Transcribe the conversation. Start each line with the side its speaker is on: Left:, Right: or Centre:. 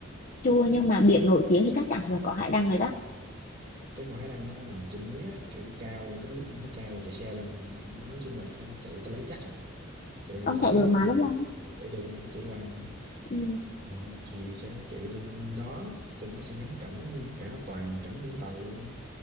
Left: chưa nhưng mà biển nổi tiếng thì chắc chắn là có hải đăng rồi đó.
Right: Ừ. Cái ngọn Hải Đăng nó nằm trên núi á, kiểu cao, cái núi cũng hơi cao, chạy xe lên, nói chung là phải chạy tay lái chắc á, chạy
Left: Ông
Right: yếu
Left: chạy
Right: yếu
Left: được mà
Right: thì
Left: đúng không?
Right: chạy được nữa, tôi chạy hoài nữa.
Left: Ừ,
Right: Ừ, thì sẽ chạy lên đó, trên đó sẽ ngắm cảnh cả toàn cảnh Vũng Tàu luôn.